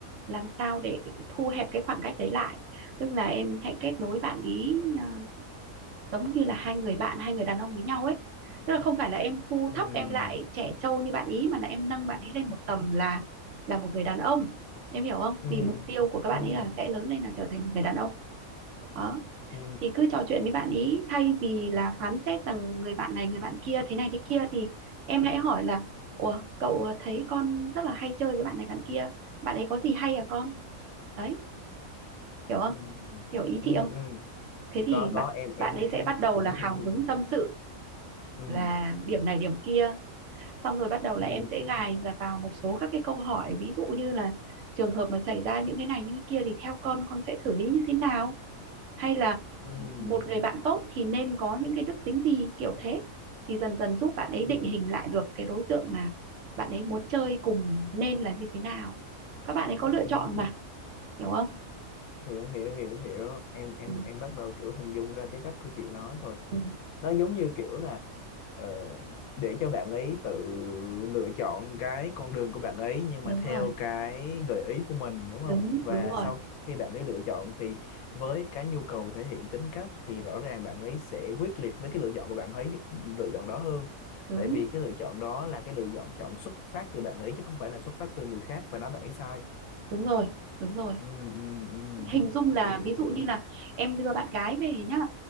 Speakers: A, on the right (about 65°); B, on the left (about 80°).
A: làm sao để thu hẹp cái khoảng cách đấy lại tức là em hãy kết nối bạn ý à, giống như là hai người bạn hai người đàn ông với nhau ấy tức là không phải là em thu
B: ừ
A: thấp em lại trẻ trâu như bạn ý mà là em nâng bạn ý lên một tầm là là một người đàn ông em hiểu không
B: ừ
A: vì mục tiêu của các bạn
B: ừ ừ
A: ấy là sẽ lớn lên là trở thành một người đàn ông đó
B: Ừ.
A: thì cứ trò chuyện với bạn ý thay vì là phán xét rằng người bạn này người bạn kia thế này thế kia thì em hãy hỏi là ủa cậu thấy con rất là hay chơi với bạn này bạn kia bạn ấy có gì hay à con đấy hiểu không
B: ừ
A: hiểu ý
B: ừ
A: chị không
B: ừ.
A: thế
B: Thì
A: thì
B: có
A: bạn
B: có em em
A: bạn ấy
B: cái
A: sẽ bắt đầu
B: cũng
A: là hào
B: hình dung
A: hứng tâm sự
B: ừ
A: là điểm này điểm kia xong rồi bắt đầu là
B: ừ
A: em sẽ gài ra vào một số các cái câu hỏi ví dụ như là trường hợp mà xảy ra những cái này những cái kia thì theo con con sẽ xử lý như thế nào hay là
B: ừ
A: một người bạn tốt thì nên có những cái đức tính gì kiểu thế thì dần dần giúp bạn ấy
B: ừ
A: định hình lại được cái đối tượng mà bạn ấy muốn chơi cùng nên là như thế nào các bạn ấy có lựa
B: ừ
A: chọn mà hiểu không
B: hiểu hiểu hiểu hiểu em em
A: ừ,
B: em bắt đầu kiểu hình dung ra cái cách của chị nói rồi
A: ừ,
B: nó giống như kiểu là ờ, để cho bạn ấy tự lựa chọn cái con đường của bạn ấy nhưng mà
A: đúng
B: theo
A: rồi
B: cái gợi ý của mình đúng không
A: đúng
B: và
A: đúng rồi
B: sau khi bạn ấy lựa chọn thì với cái nhu cầu thể hiện tính cách thì rõ ràng bạn ấy sẽ quyết liệt với cái lựa chọn của bạn ấy lựa chọn đó hơn
A: đúng
B: tại vì cái lựa chọn đó là cái lựa chọn chọn xuất phát từ bạn ấy chứ không phải là xuất phát từ người khác và nói bạn ấy sai
A: đúng rồi đúng rồi
B: ừ ừ ừ
A: hình dung
B: hiểu
A: là
B: hiểu
A: ví
B: hiểu
A: dụ như là em đưa bạn gái về nhá